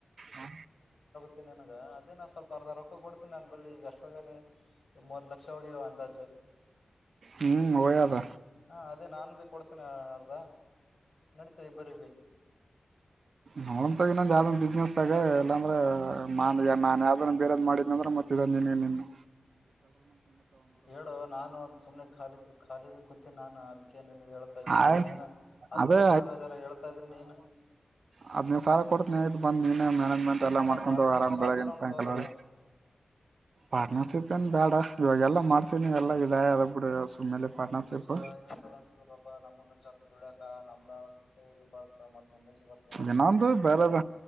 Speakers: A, on the right (about 75°); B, on the left (about 65°).
A: ಹಾ
B: ನ <unintelligible> ಇದೇ ನ ಸ್ವಲ್ಪ ಅರ್ಧ ರೊಕ್ಕ ಕೊತೀನಿ ನಾನನ್ ಬಳಿ ಎಷ್ಟೊನೆ ಮೂವತ್ ಲಕ್ಷ ಹೋಗಿವವ ಅಂದಾಜು
A: ಹ್ಮ್ ಒಯ್ಯದ
B: ಹ ಹಾ ಅದೇ ನಾನು ಭ ಕೊಡ್ತೇನೆ ಅರ್ದ ನಡತೇ ಇಬ್ಬರಿ ಭ
A: ನೋ ತ ಇನ್ನೊಂದ ಯಾವ್ದ್ ಬಿಸ್ನೆಸ್ ತಗ ಇಲ್ಲಾಂದ್ರೆ ಮಾ ನಾ ಯಾವ್ದ ಬೇರದ್ ಮಾಡಿದ್ ಅಂದ್ರೆ ಮತ್ತೆ ಇಲ್ಲ ನಿನಗೆ ನಿನು
B: ಹೇಳು ನಾನು ಒಂದ ಸುಮ್ನೆ ಖಾಲಿಕ್ಕೆ ಖಾಲಿ ಭ ಕುಂತೀ ನಾನು ಅ ಅೆ ನೀ ಹೇಳ್ತಾ ಇದ್ದೀನಿ
A: ಆಯ್
B: ನೀನು ಅದಕೋಸ್ಕರ
A: ಅದೇ
B: ಅದರ ಹೇಳ್ತಾ ಇದ್ದೀನಿ ನೀನು <unintelligible> <unintelligible>
A: ಹದ್ನೀ ಸರ ಕೊತ್ ಬಂದ ನೀನ ಮಾನೇಜ್ಮೆಂ ಎಲ್ಲ ಮಾಡಕೊಂಡು
B: ಪಾರ್ಟ್ನರ್ಶಿಪ್
A: ಆರಾಮ್ ಬಳ
B: ಆಗ್ಬಿಡೋಣ
A: ಸಾಯಂಕಾಲಿ
B: ತೋರು
A: ಪಾರ್ಟ್ನರ್ಶಿಪ್ ಏನ್ ಬೇಡ ಇವಾಗೆಲ್ಲ ಮಾಡ್ಸಿನ ಎಲ್ಲಾ ಇದ ಅದ ಬಿಡು ಸುಮ್ಮನೆ ಪಾರ್ಟ್ನರ್ಶಿಪ್
B: ಪಾರ್ಟನರ್ಶಿಪ್ ಆಗ ಚಲೋ ಅಂತ ತಿಳ್ಕಪ್ಪಾ ನಮ್ಮ ಸ್ವಲ್ಪ ದುಡ್ಯಕ ನಮ್ದ ಇದ ಬರ್ತ ಮತ್ತುಂಬೆ ಬರ್ತ
A: ಏನೊಂದು ಬೇರೆದ